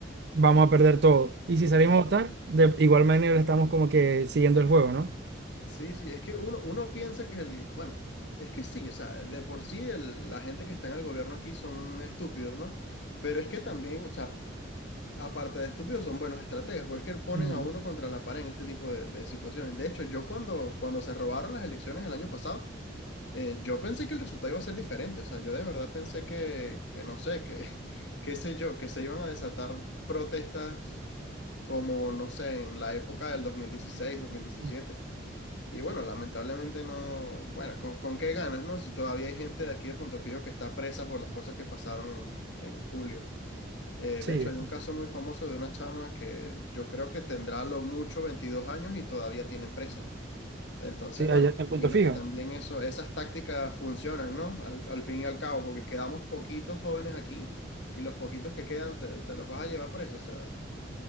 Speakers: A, on the right; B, on the left.
A: vamos a perder todo. Y
B: Total,
A: si salimos a
B: total.
A: votar, de igual manera estamos como que siguiendo el juego, ¿no?
B: Sí, sí, es que uno, uno piensa que el, bueno, es que sí, o sea, de por sí el- la gente que está en el gobierno aquí son estúpidos, ¿no? Pero es que también, o sea, aparte de estúpidos, son buenos estrategas, pues es que ponen
A: Ujú,
B: a uno contra la pared en este tipo de, de situaciones. De hecho, yo cuando, cuando se robaron las elecciones el año pasado, Eh, yo pensé que el resultado iba a ser diferente, o sea, yo de verdad pensé que, que no sé, que <laughs> qué sé yo, que se iban a desatar protestas como, no sé, en la época del 2016, 2017.
A: ujú.
B: Y bueno, lamentablemente no, bueno, ¿con, con qué ganas, no? Si todavía hay gente de aquí de Punto Fijo que está presa por las cosas que pasaron en, en julio. Eh,
A: Sí,
B: de hecho, hay un caso muy famoso de una chama que yo creo que tendrá a lo mucho 22 años y todavía tiene presa. Entonces,
A: sí,
B: bueno,
A: allá- en punto
B: imagino
A: fijo.
B: que también eso, esas tácticas funcionan, ¿no? Al, al fin y al cabo, porque quedamos poquitos jóvenes aquí y los poquitos que quedan te, te los vas a llevar preso, o sea,